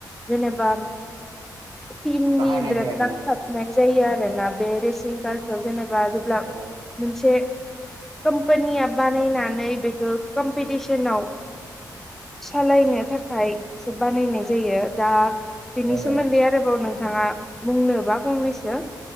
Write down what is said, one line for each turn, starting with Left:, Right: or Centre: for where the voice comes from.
Centre: जेनेबा टिमनि
Right: बाहायनाय
Centre: बिराद
Right: जायो आरोना
Centre: नांथाबनाय जायो आरो ना बे रेसिं कारखौ जेनेब बा जेब्ला
Right: औ
Centre: मोनसे कम्पानिया बानायनानै बेखौ कम्पिटिसनाव सालायनो थाखाय सो बानायनाय जायो दा बेनि
Right: ओ
Centre: सोमोन्दै आरोबाव नों थाङा बुंनोबा बुंनैसो